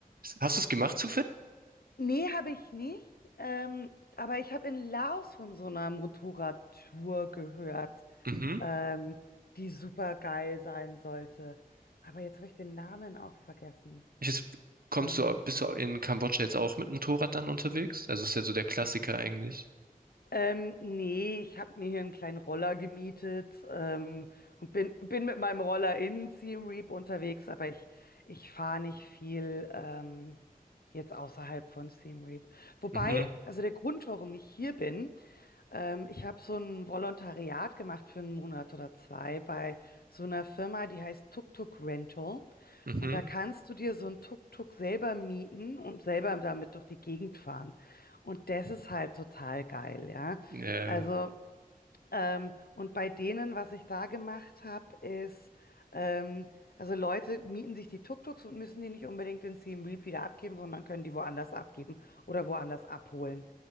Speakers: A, on the right; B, on the left.
A: Hast du es gemacht zufällig?
B: Nee, habe ich nicht. Ähm, aber ich habe in Laos von so einer Motorradtour gehört,
A: Mhm.
B: ähm, die super geil sein sollte. Aber jetzt habe ich den Namen auch vergessen.
A: Ich jetzt, kommst
B: Ähm,
A: du, bist du in Kambodscha jetzt auch mit Motorrad dann unterwegs? Also ist ja so der Klassiker eigentlich.
B: ähm, nee, ich habe mir hier einen kleinen Roller gemietet ähm, und bin, bin mit meinem Roller in Siem Reap unterwegs, aber ich, ich fahre nicht viel ähm, jetzt außerhalb von Siem Reap. Wobei,
A: Mhm,
B: also der Grund, warum ich hier bin, Ähm, ich habe so ein Volontariat gemacht für einen Monat oder zwei bei so einer Firma, die heißt Tuk Tuk Rental.
A: mhm.
B: Und da kannst du dir so ein Tuk-Tuk selber mieten und selber damit durch die Gegend fahren. Und das ist halt total geil, ja.
A: Ja,
B: Also ähm, und bei denen, was ich da gemacht habe, ist, ähm, also Leute mieten sich die Tuk-Tuks und müssen die nicht unbedingt in Siem Reap wieder abgeben, sondern können die woanders abgeben oder woanders abholen.